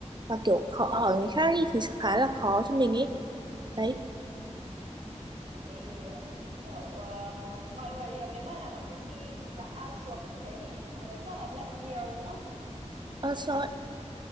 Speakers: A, on the right; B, on the right.
A: và kiểu khó
B: Ừ.
A: hỏi người khác ý, thì khá là khó cho mình ấy đấy
B: Ừ. ừ. Thế thì um, kiểu ờ, mọi người ờ, nếu mà làm ở công ty thuộc dạng outsource như thế thì mọi người chắc là bận nhiều đúng không?
A: Ờ, sorry.